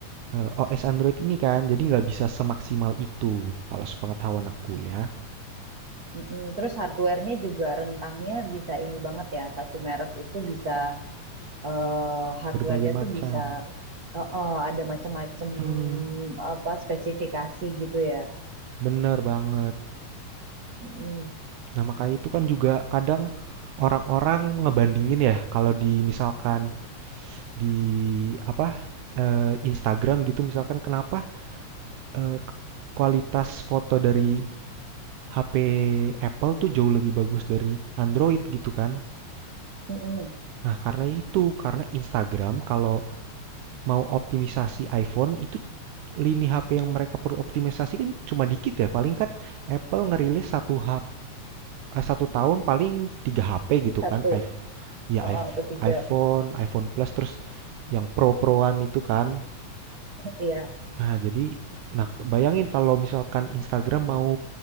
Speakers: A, on the right (about 60°); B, on the right (about 80°).
A: Mm-mm,
B: eh, OS Android ini kan. Jadi nggak bisa semaksimal itu kalau sepengetahuan aku ya.
A: mm-mm. Terus hardware-nya juga rentangnya bisa ini banget ya. Satu merek itu bisa eh, hardware-nya
B: Berbagai macam.
A: tuh bisa eh, eh, ada macam-macam
B: Mm,
A: apa spesifikasi gitu ya.
B: bener banget.
A: Mm-mm,
B: Nah, makanya itu kan juga kadang orang-orang ngebandingin ya kalau di misalkan di apa eh, Instagram gitu misalkan kenapa eh, kualitas foto dari HP Apple tuh jauh lebih bagus dari Android gitu kan.
A: mm-mm.
B: Nah, karena itu, karena Instagram kalau mau optimisasi iPhone itu lini HP yang mereka perlu optimisasi kan cuma dikit ya. Paling kan Apple ngerilis satu HP satu tahun paling tiga HP gitu
A: Satu.
B: kan. iPh- ya
A: Oh,
B: iPh-
A: oh, atau tiga.
B: iPhone, iPhone Plus terus yang Pro-Proan itu kan.
A: Iya.
B: Nah, jadi nah bayangin kalau misalkan Instagram mau